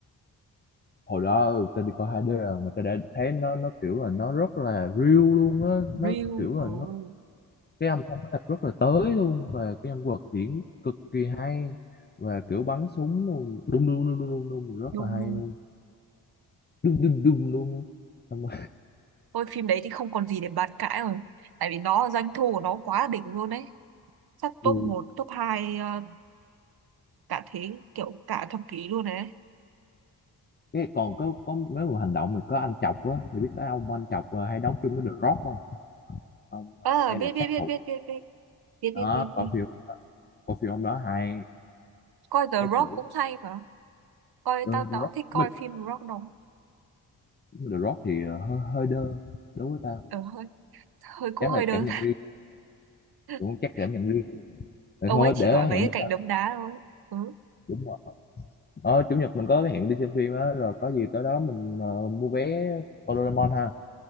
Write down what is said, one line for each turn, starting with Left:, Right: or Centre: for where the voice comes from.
Left: hồi đó ừ, tao đi coi 2D rồi mà tao đã thấy nó nó kiểu là nó rất là real luôn á nó
Right: Real
Left: kiểu
Right: oh,
Left: là nó cái âm thanh nó thật rất là tới luôn và cái nhân vật diễn cực kỳ hay và kiểu bắn súng luôn đùng đùng đùng đùng đùng đùng, rất
Right: đúng
Left: là hay
Right: đúng
Left: luôn đùng đùng đùng luôn xong rồi,
Right: thôi phim đấy thì không còn gì để bàn cãi rồi tại vì nó doanh thu của nó quá đỉnh luôn đấy chắc top
Left: <laughs> ừ.
Right: một top hai ờ, cả thế kiểu cả thập kỷ luôn đấy
Left: cái còn có có mấy một hành động mình có anh chọc á mình biết cái ông anh chọc ờ, hay đóng chung với The Rock không ông ờ,
Right: ờ
Left: hay
Right: biết
Left: là
Right: biết
Left: sát
Right: biết
Left: thủ
Right: biết biết biết biết
Left: đó
Right: biết biết
Left: coi
Right: biết
Left: phim coi phim ông đó hay
Right: coi The
Left: cái
Right: Rock
Left: kiểu
Right: cũng hay mà coi
Left: ờ,
Right: tao tao
Left: The Rock
Right: cũng thích coi
Left: mình
Right: phim The Rock đó
Left: The Rock thì ờ, hơi hơi đơ đối với tao
Right: ờ, hơi hơi cũng
Left: chắc
Right: hơi
Left: là
Right: đơn
Left: cảm nhận riêng
Right: <laughs>
Left: cũng chắc cảm nhận riêng rồi
Right: ông
Left: thôi
Right: ấy chỉ
Left: để
Right: giỏi mấy
Left: hẹn
Right: cái
Left: bữa
Right: cảnh
Left: nào
Right: đấm đá thôi ừ.
Left: đúng rồi ờ, chủ nhật mình có cái hẹn đi xem phim á rồi có gì tới đó mình ờ, mua vé coi Doraemon ha